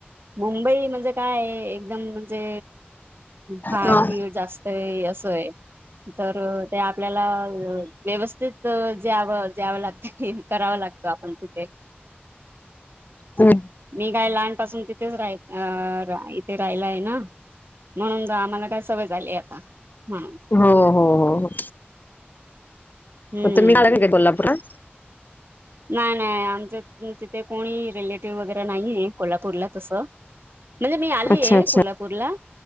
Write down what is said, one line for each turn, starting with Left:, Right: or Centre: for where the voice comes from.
Right: मुंबई म्हणजे, काय एकदम. जे फाड
Left: हो
Right: बीळ जास्त आहे अस आहे तर. ते आपल्याला व्यवस्थित ज्यावं द्यावं लागत करावं लागतं आपण तिथे.
Left: हम्म
Right: मी काय लहानपासून तिथेच राय अ रा ते राहिलाय ना म्हणून आम्हाला काय सवय झाली आता म्हणून.
Left: हो हो हो
Right: हम्म.
Left: होता मी काय का का कोल्हापूरात <unintelligible>
Right: नाही नाही आमच तिथे कोणी रिलेटिव्ह वगैरे नाही आहे कोल्हापूरला तसं. म्हणजे मी आलीय
Left: अच्छा अच्छा
Right: कोल्हापूरला